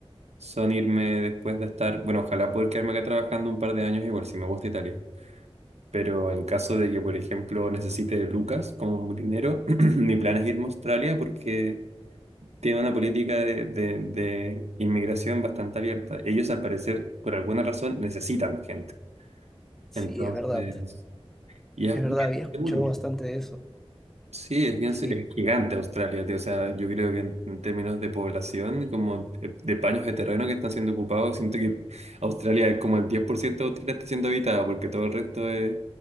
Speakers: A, on the right; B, in the centre.
A: son irme después de estar, bueno, ojalá poder quedarme acá trabajando un par de años igual, si me gusta Italia. Pero en caso de que, por ejemplo, necesite lucas como dinero, <clears throat> mi plan es irme a Australia porque tiene una política de, de, de inmigración bastante abierta. Ellos, al parecer, por alguna razón, necesitan gente.
B: Sí,
A: Entonces,
B: es verdad,
A: y es
B: es verdad,
A: bien
B: había escuchado
A: seguro.
B: bastante de eso.
A: Sí, es bien,
B: Sí.
A: es gigante Australia, tío. O sea, yo creo que en, en términos de población, como de, de paños de terreno que están siendo ocupados, siento que Australia, como el 10% de Australia está siendo habitado, porque todo el resto es.